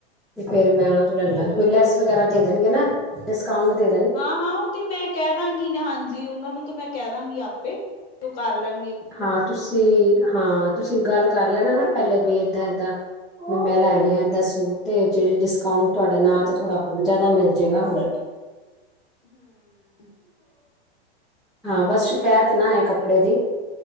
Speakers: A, in the centre; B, on the left.
A: ਤੇ ਫੇਰ ਮੈਂ ਉਹਨਾਂ
B: ਹਾਂਜੀ
A: ਤੋਂ ਲੈ ਲਾਂ ਕੋਈ
B: ਨੀ
A: ਲੈਸ ਵਗੈਰ ਦੇ ਦੇਣਗੇ ਨਾ ਡਿਸਕਾਊਂਟ ਤੇ
B: ਹਾਂ ਹਾਂ, ਉਹ ਤੇ ਮੈਂ ਕਹਿ ਦਾਂਗੀ ਨਾ ਹਾਂਜੀ, ਉਹਨਾਂ ਨੂੰ ਤੇ ਮੈਂ ਕਹਿ ਦਾਂਗੀ ਆਪੇ, ਉਹ ਕਰ ਲੈਣ
A: ਹਾਂ ਤੁਸੀਂ ਹਾਂ ਤੁਸੀਂ ਵੀ ਗੱਲ ਕਰ ਲੈਣਾ ਨਾ ਪਹਿਲੇ ਬੀ ਏਦਾਂ ਏਦਾਂ ਮੈਂ ਲੈਣੇ ਆ ਏਦਾਂ ਸੂਟ, ਤੇ ਜੇ ਡਿਸਕਾਊਂਟ ਤੁਹਾਡੇ ਨਾਅ ਤੇ ਥੋੜਾ ਹੋਰ ਜ਼ਿਆਦਾ ਮਿਲ ਜੇਗਾ, ਹੋਰ ਕੀ
B: ਹੰ
A: ਹਾਂ, ਬਸ ਸ਼ਿਕਾਇਤ ਨਾ
B: ਕੋਈ
A: ਆਏ ਕੱਪੜੇ
B: ਨੀ
A: ਦੀ